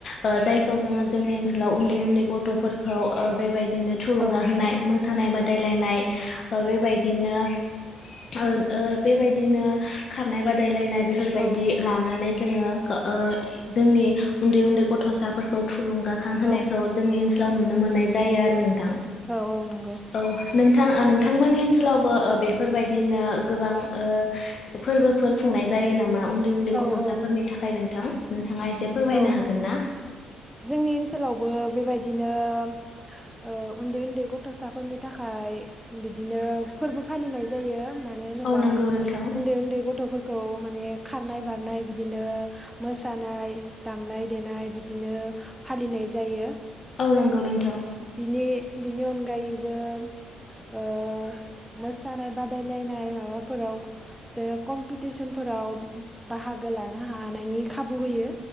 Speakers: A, on the left; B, in the centre.
A: ओ जायखौ जोंङो जोंनि ओनसोलाव उन्दै उन्दै गथ'फोरखौ ओ बेबायदि बिदिनो थुलुंगा
B: औ
A: होनाय मोसानाय बादायलायनाय अ' बेबायदिनो ओ ओ बेबायदिनो खारनाय बादायलायनाय बेफोरबायदि
B: औ
A: लानानै जोंङो ओ जोंनि उन्दै उन्दै गथ'साफोरखौ थुलुंगाखां होनायखौ
B: औ
A: जोंनि ओनसोलाव नुनो मोननाय जायो आरो नों
B: औ औ नंगौ
A: औ नोंथां नोंथां मोननि ओनसोलावबो बेफोरबायदि बिदिनो गोबां ओ फोरबोफोर खुंनाय जायो नामा उन्दै उन्दै
B: औ
A: गथ'साफोरनि
B: औ
A: थाखाय नोंथां? नोंथाङा एसे फोरमायनो
B: औ
A: हागोन ना
B: जोंनि ओनसोलावबो बेबायदिनो बिदिनो ओ उन्दै उन्दै गथ'साफोरनि थाखाय बिदिनो फोरबो फा सोलिनाय जायो मानो
A: औ
B: होनोबा
A: नंगौ नोंथां
B: उन्दै उन्दै गथ'फोरखौ माने खारनाय बारनाय बिदिनो मोसानाय, दामनाय-देनाय बिदिनो फालिनाय जायो
A: औ नंगौ नोंथां
B: बिनि बिनि अनगायैबो ओ मोसानाय बादायलायनाय माबाफोराव जे कमपिटिसनफोर फोराव बाहागो लानो हानायनि खाबु होयो